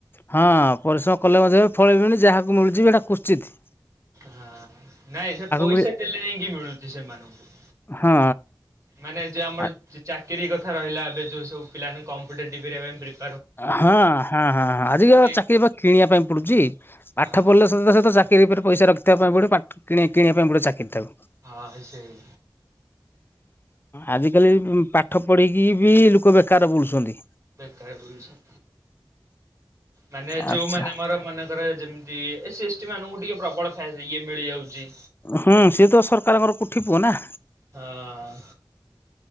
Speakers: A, on the left; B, on the right.
A: ହଁ ପରିଶ୍ରମ କଲେ ମଧ୍ୟ ଏବେ ଫଳ ମିଳୁନି ଯାହାକୁ ମିଳୁଚି ବି ସେଇଟା କୁସ୍ଚିତି।
B: ହଁ ନାଇଁ ସେ ପଇସା
A: ମିଳି
B: ଦେଲେ ଯାଇକି ମିଳୁଛି ସେମାନଙ୍କୁ।
A: ହଁ।
B: ମାନେ ଯୋଉ
A: ହଁ
B: ଚା ଚାକିରି କଥା ରହିଲା ଏବେ ଯୋଉ ସବୁ ପିଲା ମାନେ କମ୍ପିତେଟିଭ ରେ ପ୍ରି
A: ହଁ ହଁ ହଁ ହ ଆଜିିକା
B: ଏଇ
A: ଚାକିରି ବା କିଣିବା ପାଇଁ ପଡୁଛି
B: ହଁ
A: ପାଠ ପଢିଲେ। ସହିତ ଚାକିରି ଉପରେ ପଇସା ରଖିବା ପାଇଁ ପଡିବ ପ କି କିଣିବା ପାଇଁ ପଡିବି ଚାକିରି ଟାକୁ।
B: ହଁ ସେଇ।
A: ଆଜିକାଲିବି ପାଠ ପଢ଼ିକି ବି ଲୋକ ବେକାର ବୁଲୁଛନ୍ତି।
B: ବେକାରେ ବିଲୁଚ୍ଛ ମାନେ ଯୋଉମାନେ
A: ଆଚ୍ଛା
B: ଆମର ମାନେ ଯେମିତି ଏସି ଏସ ଟୀ ମାନଙ୍କୁ ଟିକେ ପ୍ରବଳ ଫା ଇଏ ମିଳିଯାଉଚି।
A: ହୁଁ ସିଏ ତ ସରକାରଙ୍କର କୋଠି ପୁଅ ନା।
B: ହଁ।